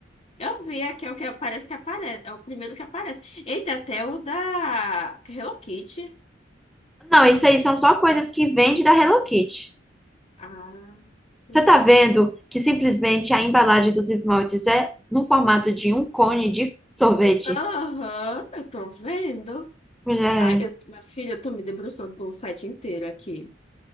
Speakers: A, on the left; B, in the centre.
A: Eu vi aqui, é o que aparece que aparece. É o primeiro que aparece. Eita, até o da Hello Kitty.
B: Não, isso aí são só coisas que vende da Hello Kitty.
A: Ah,
B: Você
A: entendi.
B: tá vendo que simplesmente a embalagem dos esmaltes é no formato de um cone de sorvete?
A: Aham, eu tô vendo.
B: Mulher.
A: Ai, eu, minha filha, eu tô me debruçando pelo site inteiro aqui.